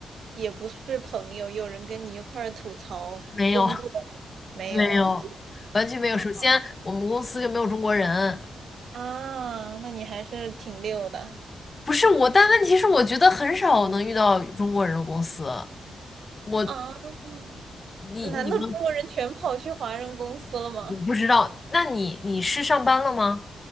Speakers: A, on the right; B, on the left.
A: 也不是朋友，有人跟你一块儿吐槽工作
B: 没有。
A: 没有啊？
B: 没有，完全没有。
A: <laughs>
B: 首先，
A: 哦
B: 我们公司就没有中国人，
A: 啊，那你还是挺溜的
B: 不是我，但问题是，我觉得很少能遇到中国人的公司。我，
A: 啊。
B: 你，
A: 难道中国人全跑去华人公司了吗？
B: 你们，我不知道。那你，你是上班了吗？